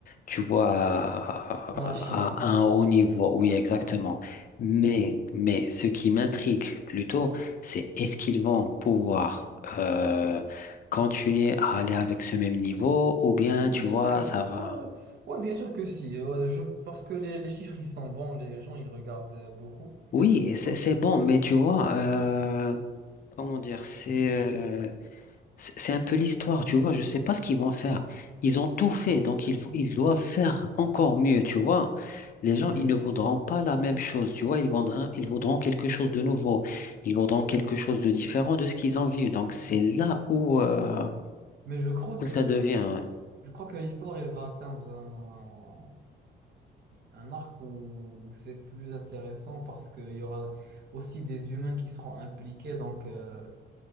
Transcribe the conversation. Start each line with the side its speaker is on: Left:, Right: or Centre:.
Left: tu vois, à,
Right: Flashy et tout.
Left: à un haut niveau, oui, exactement.
Right: Ouais.
Left: Mais, mais ce qui m'intrigue plutôt, c'est est-ce qu'ils vont pouvoir euh, continuer à aller avec ce même niveau ou bien,
Right: Bien
Left: tu
Right: sûr
Left: vois,
Right: que.
Left: ça va.
Right: euh, ouais, bien sûr que si. Euh, je, parce que les, les chiffres, ils sont bons, les gens, ils regardent euh, beaucoup.
Left: Oui, c'est
Right: Donc,
Left: c'est
Right: euh,
Left: bon, mais tu vois, euh, comment dire, c'est... euh, C'est c'est un peu l'histoire, tu vois. Je sais pas ce qu'ils vont faire. Ils ont tout fait, donc ils, vont- ils doivent faire encore mieux, tu vois. Les gens,
Right: Mhm,
Left: ils ne voudront
Right: mhm.
Left: pas la même chose, tu vois. Ils voudront, ils voudront quelque chose de nouveau. Ils voudront quelque chose de différent de ce qu'ils ont vu. Donc c'est là où, euh,
Right: mais je crois
Left: où
Right: que
Left: ça devient.
Right: je crois que l'histoire, elle va atteindre un, un arc où, où c'est plus intéressant parce qu'il y aura aussi des humains qui seront impliqués. Donc, euh,